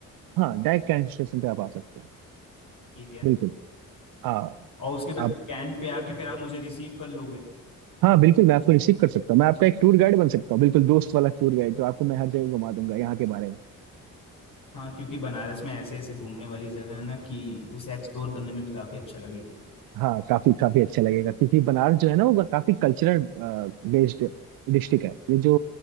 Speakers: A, on the right; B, on the left.
A: हाँ डायरेक्ट कैंट स्टेशन पे आप आ सकते हो
B: ठीक है
A: बिल्कुल हाँ
B: और उसके बाद
A: आप
B: कैंट पे आके फिर आप मुझे रिसीव कर लोगे
A: हाँ बिल्कुल मैं आपको रिसीव कर सकता हूँ मैं आपका एक टूर गाइड बन सकता हूँ बिल्कुल दोस्त वाला टूर गाइड जो आपको मैं हर जगह घुमा दूंगा यहाँ के बारे में
B: हाँ क्योंकि बनारस में ऐसे ऐसे घूमने वाली जगह है ना कि उसे एक्सप्लोर करने में भी काफी अच्छा लगेगा
A: हाँ काफी काफी अच्छा लगेगा क्योंकि बनारस जो है ना वो काफी कल्चरल बेस्ड डिस्ट्रिक्ट है ये जो